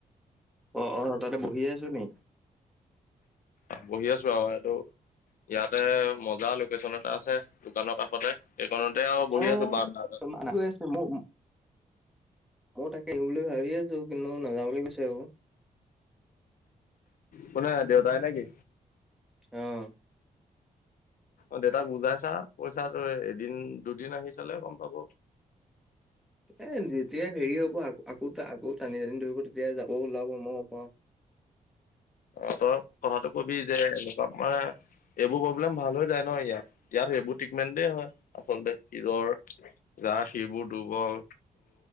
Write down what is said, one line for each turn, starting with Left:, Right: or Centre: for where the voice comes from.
Centre: অ অ তাতে বহিয়ে আছ নি?
Left: বহি আছো আৰু এইটো ইয়াতে মজা লোকেশ্যন এটা আছে দোকানৰ কাষতে। সেইকণতে আৰু বহি
Centre: অ
Left: আছো বাৰান্দাত।
Centre: <unintelligible> মই তাকে আহো বুলি ভাবি আছো কিন্তু নাযওঁ বুলি কৈছে আৰু।
Left: কোনে দেউতায় নে কি?
Centre: আহ
Left: অ দেউতাক বুজাইছা কৈছা এদিন দুদিন আহি চালে গম পাব।
Centre: এ যেতিয়া হেৰি হব আকৌ আকৌ আকৌ টানি টানি ধৰিব তেতিয়া যাব ওলাব মই পাওঁ।
Left: অ তই কথাটো কবি যে এনেকুৱা <unintelligible> এইবোৰ প্ৰব্লেম ভাল হৈ যায় ন ইয়াত ইয়াত সেইবোৰ ট্ৰিটমেণ্টেই হয় আচলতে সিৰৰ যাৰ শিৰবোৰ দুৰ্বল